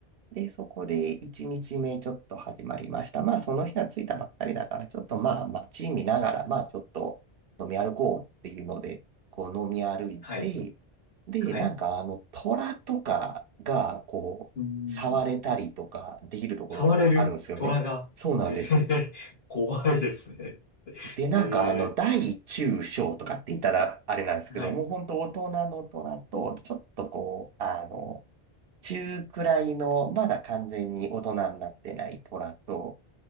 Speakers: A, on the right; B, on the left.
A: で、そこで1日目ちめちょっと始まりました。まあ、その日は着いたばっかりだから、ちょっとまあ、街見ながら、まあ、ちょっと飲み歩こうっていうので、こう飲み歩いて、
B: はい。
A: で、
B: はい。
A: なんかあの、虎とかが、こう、
B: うーん。
A: 触れたりとかできるところがあるんですよね。
B: 触れる虎が、
A: そうなんです。
B: えー、<laughs> 怖いですね。
A: で、なんかあの、
B: えー、
A: 大中小とかって言ったらあれなんですけど、
B: はい。
A: もう本当大人の虎と、ちょっとこう、あの、中くらいの、まだ完全に大人になってない虎と、